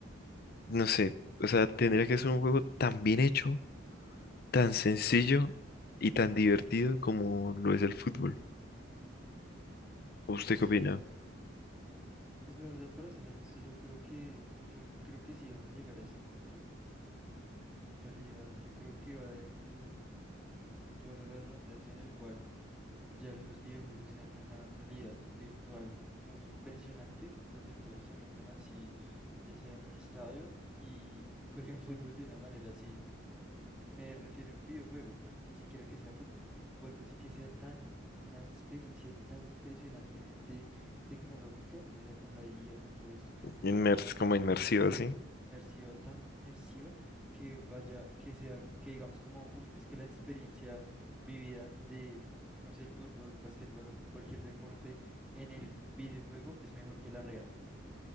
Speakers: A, on the left; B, in the centre.
A: no sé. O sea, tendría que ser un juego tan bien hecho tan sencillo y tan divertido como lo es el fútbol. ¿Usted
B: Sí,
A: qué opina?
B: pues la verdad, para ser honesto, yo creo que, yo creo que sí van a llegar a ese punto. En en realidad, yo creo que va a haber un punto, un punto, valga la redundancia, en el cual ya los videojuegos sean una realidad virtual muy impresionante, en donde todos se metan así, ya sea en un estadio y <laughs> jueguen fútbol de una manera así. Me refiero a un videojuego, ni siquiera que sea fútbol, o algo así que sea tan, una experiencia tan impresionantemente tecnológica, ya sea con la IA, con todo esto que hemos
A: Inmers
B: avanzado
A: como inmersivo
B: Exacto,
A: así,
B: inmersiva, tan inmersiva que vaya, que sea, que digamos como, uff, es que la experiencia vivida de, no sé, el fútbol, básquetbol o cualquier deporte en el videojuego es mejor que la real.